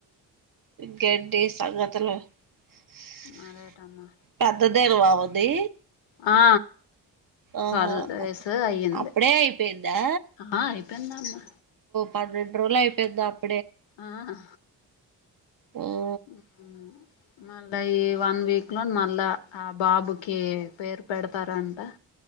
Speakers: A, on the right (about 45°); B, on the left (about 80°).
A: గది సంగతులు <unintelligible>
B: మరేటమ్మా
A: దలు వావంది
B: ఆ
A: ఆహా
B: ట్వెల్వ్ డేస్ అయ్యింది
A: అప్పుడే ఆయిపోయిందా
B: ఆ అయిపోయిందమ్మా
A: పన్నెండు రోజులు అయిపోయిందా అప్
B: ఆహా
A: హ్
B: ఊహ్ మళ్ళా ఈ వన్ వీక్ లో మళ్ళా ఆ బాబుకి పేరు పెడతారంట.